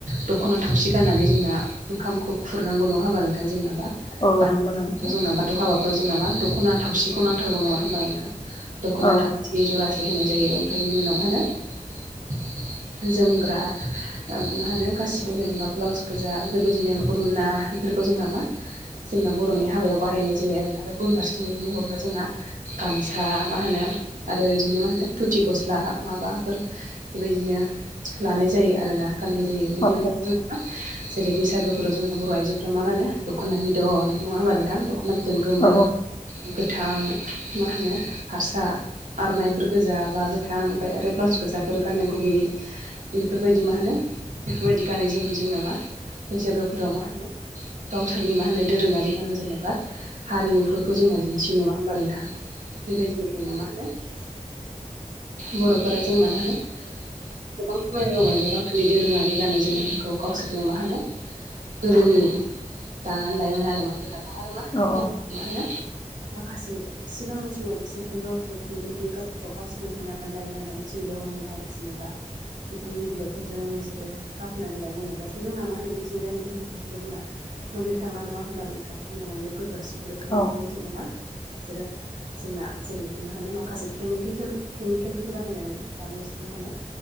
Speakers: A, on the right; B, on the left.
A: दख'ना थावसि गाननानै जोंना ओंखामखौ खुरनांगौ नङा होमबा नोंथां जोंनाबा
B: औ
A: बाथौ
B: नंगौ नोंथां
A: जों बाथ बाथौ हाबाफोराव जोंनाामा दख'ना थावसिखौ नांथारगौ नङा होनबा नोंहा दख'ना
B: औ
A: थाव जि जरासे होनाय जायो ओमफ्राय बेनि उनाव मा होनो जोमग्रा मा होनो गासिबो जेनेबा ब्लाउस गोजा बेफोरबायदिनो बरुना बेफोरखौ जोंना मा जोंना बर'नि हाबायाव बाहायनाय जायो आरोना। इउनिभारसिटि बिदिनो हरो जोंना गामि फोथा मा होनो आरो बिदिनो मा होनो धुथि गस्ला माबाफोर बेबायदिनो लानाय जायो आरोना गाननाय जायो बेनि
B: औ
A: अनाव जों जेरै बैसागो जों जोंङो बर' आइजोफ्रा मा गानो दख'ना बिदन नङा होनोबा नोंथां दख'ना बिदन गोमो
B: औ
A: गोथां मा होनो हारसा आर'नाइफोर गोजा बा गोथां ओमफ्राय आरो ब्लाउस गोजाफोर गाननाय गुबैयै बेफोरबायदि मा होनो बेफोरबायदि गानै जोमै जोंना मा बैसागु फोराव मा होनो गावसोरनि मा होनो दोरोङारि गाननाय जोमनायफ्रा हारिमुफोरखौ जोंना दिन्थि नङा होमबा नोंथां? बेबायदिनो जोंना मा होनो बर'फोरा जोंना मा होनो गोबां खामानि मावबाय दङ गावसोरनि दोरोङारि गाननाय जोमनायफोरखौ गावसोरनो मा होनो गोदोनि दानानै लायोमोन आरो मा जोंना दा आरो मा
B: औ
A: मा होनो माखासे सिगांनि समाव बिसोरो गावसोर खुन्दैफोरखौ गावसोरनो होनानै लायो आरो मिथिंगायाव मोननाय जेनेबा बिफांनि बिलाइफोरजोंनो बिसोरो गफोनानै लायो नै दाथ' जोंना मा होनो मिथिंगानि बि बे बिलाइखौबो जोंना मोननो थांला नङा होमबा नोंथाङा बुंना मोननो गोब्राबसिनफोरखौ बेखायनो
B: औ
A: दं नामा बिसोरो जोंना जेरै मा होनो माखासे केमिकेल फोर केमिकेलफोर बाहायनानै दा मा होनो